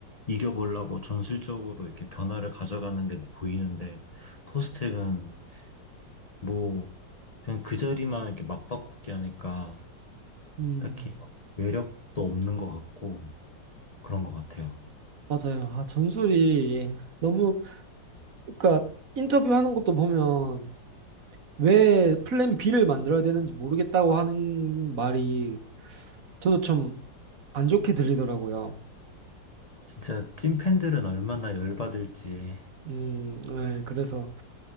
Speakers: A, on the left; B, on the right.
A: 이겨보려고 전술적으로 이렇게 변화를 가져가는 게 보이는데 포스텍은 뭐 그냥 그 자리만 이렇게 맞바꾸기 하니까
B: 음. 음.
A: 딱히 매력도 없는 것 같고 그런 것 같아요.
B: 맞아요. 아, 전술이 너무 그러니까 인터뷰하는 것도 보면 왜 플랜 B를 만들어야 되는지 모르겠다고 하는 말이 저도 좀 안 좋게 들리더라고요.
A: 진짜 찐팬들은 얼마나 열받을지.
B: 음, 네 그래서